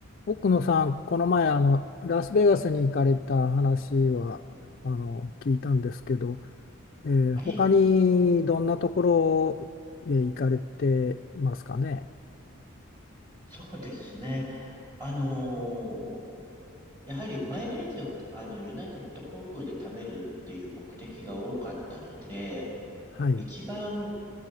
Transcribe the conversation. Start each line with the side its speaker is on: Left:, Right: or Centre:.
Left: 奥野さん、この前あのラスベガスに行かれた話はあの聞いたんですけど、えー他にどんなところへ行かれてますかね。
Right: はい、そうですね。あのーやはりマイレージを、あの、ユナイテッド航空で貯めるっていう目的が多かったので、
Left: はい。
Right: 一番